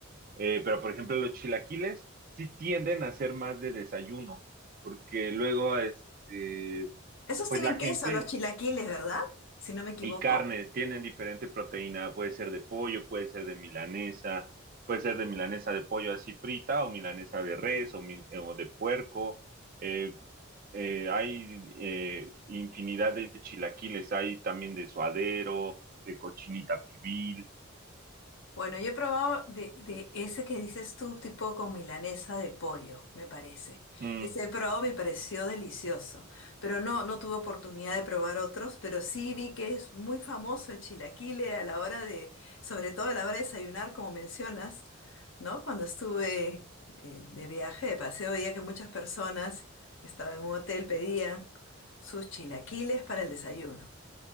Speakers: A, on the right; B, on the left.
A: eh, pero por ejemplo los chilaquiles sí tienden a ser más de desayuno, porque luego este,
B: esos
A: pues
B: tienen
A: la
B: queso,
A: gente
B: los chilaquiles, ¿verdad? Si no me equivoco.
A: y carnes tienen diferente proteína, puede ser de pollo, puede ser de milanesa, puede ser de milanesa de pollo así frita o milanesa de res o, mi- eh, o de puerco. eh, eh, hay eh, infinidad de chilaquiles, hay también de suadero, de cochinita pibil.
B: Bueno, yo he probado de, de ese que dices tú, tipo con milanesa de pollo, me parece.
A: Mm,
B: Ese he probado, me pareció delicioso, pero no, no tuve oportunidad de probar otros, pero sí vi que es muy famoso el chilaquile a la hora de, sobre todo a la hora de desayunar, como mencionas, ¿no? Cuando estuve eh, de viaje, de paseo, veía que muchas personas, estaban en un hotel, pedían sus chilaquiles para el desayuno.